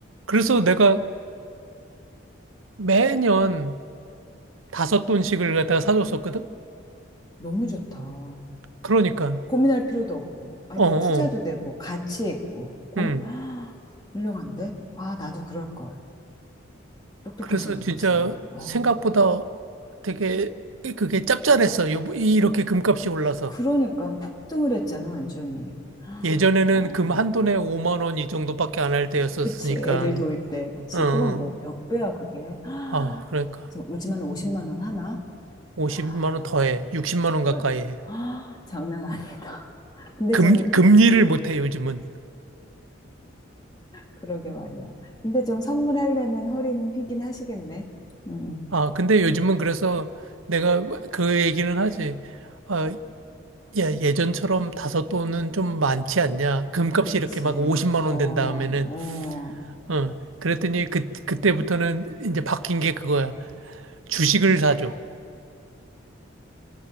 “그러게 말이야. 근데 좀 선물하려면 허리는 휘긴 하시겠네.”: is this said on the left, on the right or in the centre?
Left